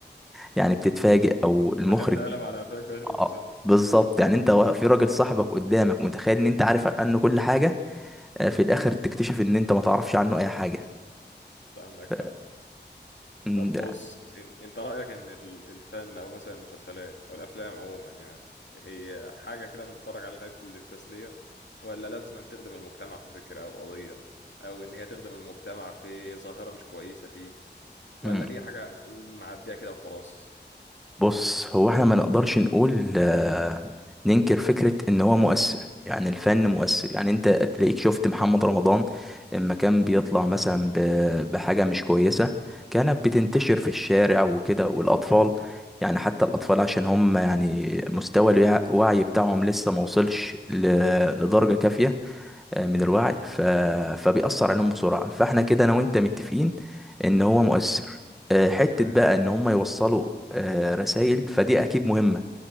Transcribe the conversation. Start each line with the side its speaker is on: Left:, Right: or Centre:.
Centre: يعني بتتفاجئ او
Left: انت
Centre: المخرج
Left: خدت قلم على قفاك في اخر
Centre: اه
Left: المسلسل
Centre: بالظبط يعني انت في راجل صاحبك قدامك متخيل ان انت عارف عنه كل حاجة آه، في الاخر تكتشف ان انت ما تعرفش عنه اي حاجة
Left: ده عندك
Centre: ف...
Left: حق
Centre: مم،
Left: طب
Centre: ده-
Left: بص انت انت رأيك ان ال- الفن او مثلا المسلسلات او الافلام عموما يعني هي حاجة كده بنتفرج عليها للتسلية ولا لازم أن تخدم المجتمع في فكرة او قضية او ان هي تخدم المجتمع في ظاهرة مش كويسة فيه ولا
Centre: مم.
Left: هي حاجة معدية كده وخلاص
Centre: بص هو احنا ما نقدرش نقول آه، ننكر فكرة ان هو مؤثر يعني الفن مؤثر يعني انت تلاقيك شفت محمد رمضان لما كان بيطلع مثلا ب- بحاجة مش كويسة كانت بتنتشر
Left: عندك حق
Centre: في الشارع وكده والاطفال يعني حتى الاطفال عشان هم يعني مستوى الوعي بتاعهم لسه ما وصلش ل- لدرجة كافية آه، من الوعي
Left: امم
Centre: ف... فبيأثر عليهم بسرعة فاحنا كده انا وانت متفقين ان هو مؤثر آه، حتة
Left: تمام
Centre: بقى ان هم يوصلوا رسائل فدي اكيد مهمة